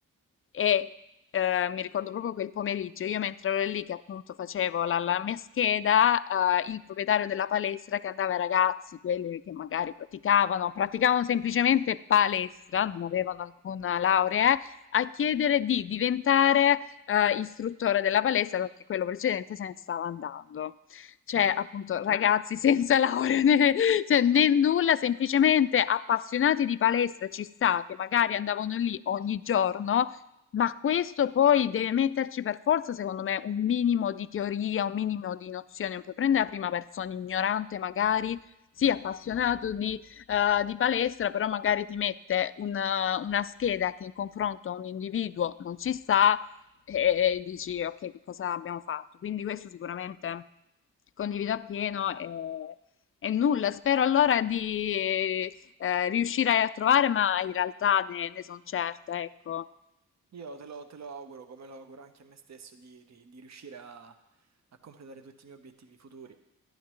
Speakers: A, on the left; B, on the right.
A: e eh, mi ricordo proprio quel pomeriggio, io mentre ero lì che appunto facevo la, la mia scheda, eh, il proprietario della palestra che andava ai ragazzi, quelli che magari praticavano, praticavano semplicemente palestra, non avevano alcuna laurea, a chiedere di diventare eh, istruttore della palestra perché quello precedente se ne stava andando. Cioè,
B: Eh,
A: appunto, ragazzi <laughs> senza laurea né, cioè, né nulla, semplicemente appassionati di palestra ci sta, che magari andavano lì ogni giorno, ma questo poi deve metterci per forza, secondo me, un minimo di teoria, un minimo di nozione. Non puoi prendere la prima persona ignorante, magari, sì, appassionato di, eh, di palestra, però magari ti mette una, una scheda che in confronto a un individuo non ci sta e, e dici ok, che cosa abbiamo fatto? Quindi questo sicuramente condivido appieno e, e nulla, spero allora di eh, riuscire a trovare, ma in realtà ne, ne sono certa, ecco.
B: Io te lo, te lo auguro, come lo auguro anche a me stesso, di, di- di riuscire a, a completare tutti i miei obiettivi futuri.